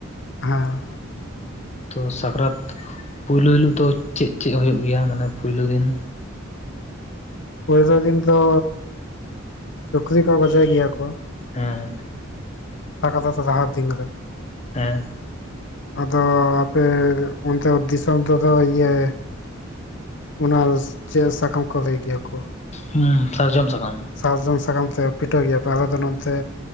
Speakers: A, on the left; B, on the left.
A: ᱦᱮᱸ
B: ᱛᱚ ᱥᱟᱠᱨᱟᱛ ᱯᱩᱭᱞᱩ ᱦᱤᱞᱳ ᱫᱚ ᱪᱮᱫ ᱪᱮᱫ ᱦᱩᱭᱩᱜ ᱜᱮᱭᱟ ᱢᱟᱱᱮ ᱯᱩᱭᱞᱩ ᱫᱤᱱ?
A: ᱯᱩᱭᱨᱩ ᱫᱤᱱ ᱫᱚ ᱥᱩᱠᱨᱤ ᱠᱚ ᱜᱚᱡᱮ ᱜᱮᱭᱟ ᱠᱚ
B: ᱦᱮᱸ
A: <unintelligible> ᱡᱟᱦᱟᱸ ᱫᱤᱱ ᱨᱮ
B: ᱦᱮᱸ
A: ᱟᱫᱚ ᱟᱯᱮ ᱚᱱᱛᱮ ᱫᱤᱥᱚᱢ ᱚᱱᱛᱮ ᱤᱭᱟ ᱚᱱᱟ ᱪᱮᱜ ᱥᱟᱠᱟᱢ ᱠᱚ ᱞᱟᱹᱭ ᱜᱮᱭᱟ ᱠᱚ᱾
B: ᱦᱩᱸ ᱥᱟᱨᱡᱚᱢ ᱥᱟᱠᱟᱢ
A: ᱥᱟᱨᱡᱚᱢ ᱥᱟᱠᱟᱢ ᱛᱮ ᱯᱤᱴᱷᱟᱹᱣ ᱜᱮᱭᱟ ᱯᱮ ᱟᱞᱮ ᱫᱚ ᱱᱚᱱᱛᱮ,